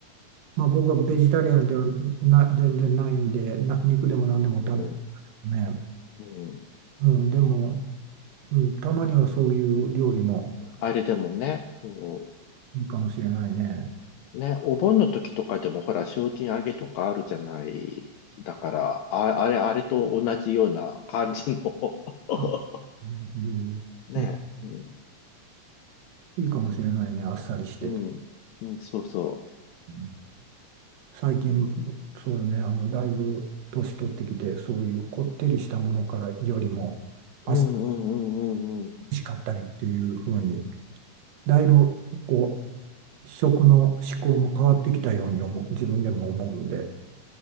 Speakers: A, on the right; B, on the left.
A: まあ、僕はベジタリアンではな、全然ないんで、な、肉でも何でも食べるね。
B: うん、うん。
A: うん、でも、うん、たまにはそういう料理も
B: あれでもね、そ
A: いいかもしれないね。
B: う、ね、お盆の時とかでも、ほら、精進揚げとかあるじゃない。だから、あ、あれ、あれと同じような感じの <laughs>
A: うん、
B: ね、
A: うん
B: うん、
A: いいかもしれないね、あっさりしてて。
B: うん、うん、そうそう。
A: うん最近、そうだね、あの、だいぶ年取ってきて、そういうこってりしたものからよりも、あっさ
B: うんうんうんうんうん。
A: りしかったりっていう風に、だいぶこう、食の思考も変わってきたように思う、自分でも思うんで、